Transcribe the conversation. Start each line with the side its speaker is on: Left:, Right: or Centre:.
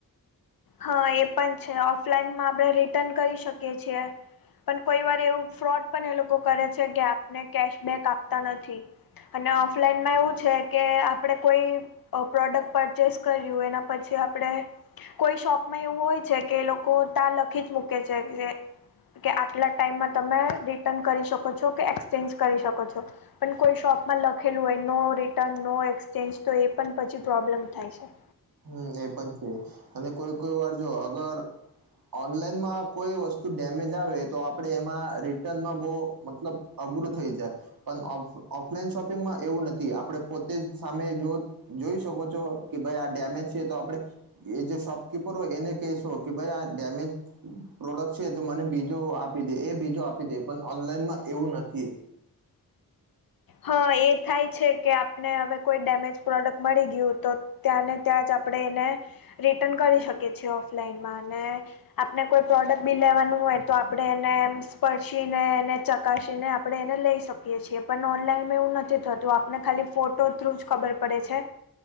Left: હા એ પણ છે ઓફલાઈનમાં આપણે રિટર્ન કરી શકીએ છીએ પણ કોઈ વાર એવું ફ્રોડ પણ એ લોકો કરે છે, કે આપને કેશબેક આપતા નથી અને ઓફલાઈનમાં એવું છે કે આપડે કોઈ પ્રોડક્ટ પરચેસ કર્યું એના પછી આપણે કોઈ શોપમાં એવું હોય છે કે એ લોકો ત લખી જ મૂકે છે જે કે આટલા ટાઈમમાં તમે રિટર્ન કરી શકો છો કે એક્સચેન્જ કરી શકો છો. પણ કોઈ શોપમાં લખેલું હોય નો રિટર્ન નો એક્સચેન્જ તો એ પણ પછી પ્રોબ્લેમ થાય છે.
Right: હમ એ પણ છે અને કોઈ કોઈ વાર જો અગર ઓનલાઈનમાં કોઈ વસ્તુ ડેમેજ આવે તો આપણેે એમાં રિટર્નમાં બહ મતલબ અઘરું થઈ જાય પણ ઓફલાઈન શોપિંગમાં એવું નથી આપણે પોતે સામે જો જોઈ શકો છો કે ભાઈ આ ડેમેજ છે તો આપડણે એ જે શોપકીપર હો એને કેસ હો કે ભાઈ ડેમેજ પ્રોડક્ટ છે. તો મને બીજો આપી દે એ બીજો આપી દે પણ ઓનલાઈનમાં એવું નથી.
Left: હા એ થાય છે કે આપને હવે કોઈ ડેમેજ પ્રોડક્ટ મળી ગયું તો ત્યાંને ત્યાં જ આપણે એને રિટર્ન કરી શકીએ છીએ ઓફલાઈનમાં અને આપણે કોઈ પ્રોડક્ટ બી લેવાનું હોય તો આપણે એને સ્પર્શીને એને ચકાસીને આપણે એને લઈ શકીએ છીએ પણ ઓનલાઈનમાં એવું નથી થતું આપને ખાલી ફોટો થ્રુ જ ખબર પડે છે.